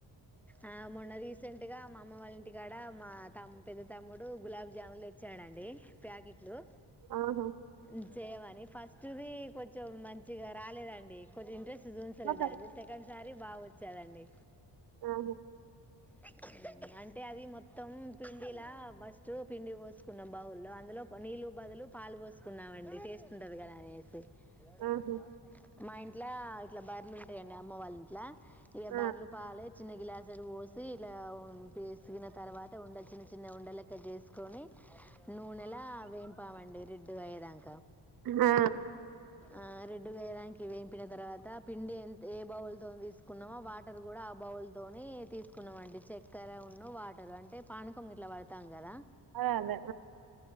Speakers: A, in the centre; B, on the right (about 50°).
A: ఆ, మొన్న రీసెంట్గా మా అమ్మ వాళ్ళ ఇంటికాడ మా తమ్ పెద్ద తమ్ముడు గులాబ్జాముల్ తె చడండి ప్యాకిట్లు
B: ఆహా
A: ఉ చేయమని ఫస్ట్ది కొంచెం మంచిగ రాలేదండి. కొది ఇంటెస్ నువ్ చూయించలే
B: ఆహా
A: దాని మీద సెకండ్స్ సారి బావొచ్చరండి
B: ఆవును
A: ఊ అంటే అది మొత్తం పిండిలా ఫస్ట్ పిండి పోసుకున్న బౌలో అందులో నీళ్లు కు బదులు పాలు పోసుకున్నామండి టేస్ట్ ఉంటది కదా అనేసి ఏడ
B: ఆహా
A: ఈన అక్కనా? మా ఇంట్ల ఇట్ల బర్లుంటాయండి అమ్మ వాళ్ళ ఇంట్ల ఇక
B: ఆ
A: బర్లు పాలే చిన్న గిలాస్ దరు వోస్ సీల అవును వేసిన తర్వాత ఉండల్ చిన చిన చిన్న ఉండలెక్క జ చేసి ని నూనెలా వేంపామండి రెడ్ అయి దాకా
B: ఆ
A: ఆ రెడ్ రెడ్ గా అయ్యాదాకా వేంపిన తర్వాత పిండి ఏ బౌల్ తో తీసుకున్నామో వాటర్ కూడా ఆ బౌల్ త తిని టెస్క్ కున్నాంమండి చక్కర ఉన్న వాటర్ అంటే పానకం ఎట్ల పడటం కదా
B: ఆ అదే అదే